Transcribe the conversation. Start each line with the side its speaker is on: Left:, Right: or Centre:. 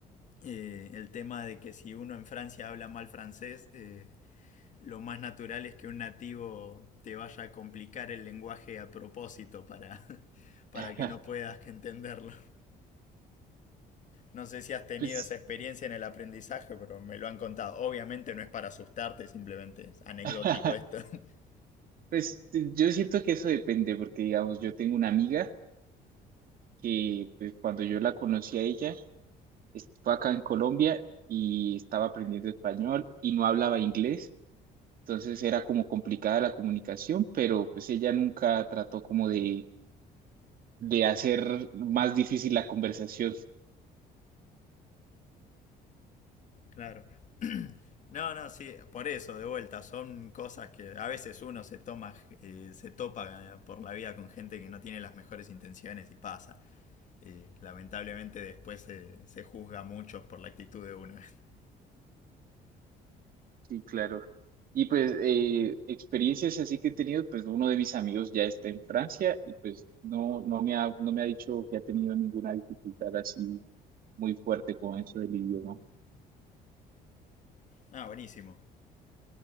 Left: Eh, el tema de que si uno en Francia habla mal francés, eh, lo más natural es que un nativo te vaya a complicar el lenguaje a propósito para, <laughs> para
Right: <laughs>
Left: que no puedas entenderlo. No sé si has tenido
Right: Pues,
Left: esa experiencia en el aprendizaje, pero me lo han contado. Obviamente no es para asustarte, simplemente es anecdótico
Right: <laughs>
Left: esto. <laughs>
Right: pues yo siento que eso depende, porque digamos, yo tengo una amiga que pues, cuando yo la conocí a ella, est- fue acá en Colombia y estaba aprendiendo español y no hablaba inglés Entonces era como complicada la comunicación, pero pues ella nunca trató como de, de hacer más difícil la conversación.
Left: Claro. No, no, sí, por eso, de vuelta, son cosas que a veces uno se toma, eh, se topa eh, por la vida con gente que no tiene las mejores intenciones y pasa. Eh, lamentablemente después se, se juzga a muchos por la actitud de uno. <laughs>
Right: Sí, claro. Y pues eh, experiencias así que he tenido, pues uno de mis amigos ya está en Francia y pues no, no me ha, no me ha dicho que ha tenido ninguna dificultad así muy fuerte con eso del idioma.
Left: Ah, buenísimo.